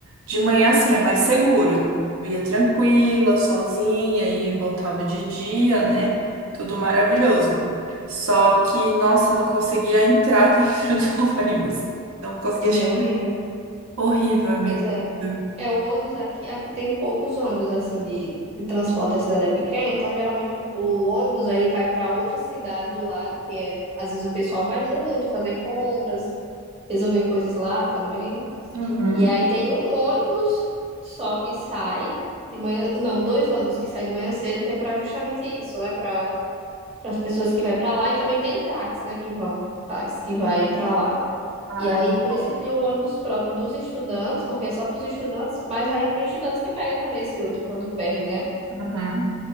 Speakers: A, on the right; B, on the right.
A: De manhã assim é mais seguro, Eu ia tranquila, sozinha e voltava de dia, né? Tudo maravilhoso. Só que, nossa, eu não conseguia entrar <laughs> dentro do ônibus. Não conseguia. che-
B: É horrível.
A: Horrível, amigo.
B: Pois é.
A: Horrível.
B: É, o ônibus aqui, aqui tem poucos ônibus, assim, de, de transporte, a cidade é pequena, então geralmente o, o ônibus, ele vai para outra cidade do lado, que é, às vezes o pessoal vai muito fazer compras, resolver coisas lá também.
A: Uhum.
B: E aí tem um ônibus só que sai de manhã, não, dois ônibus que saem de manhã cedo, que é para justamente isso, né, para para as pessoas que vai para lá e também tem táxi, né, que vão, táxi que vai para lá.
A: Ai,
B: E aí por
A: bom.
B: isso que tem o ônibus próprio dos estudantes, porque é só para os estudantes, mas aí tem estudantes que pega também esse outro quando perde, né?
A: Uhum.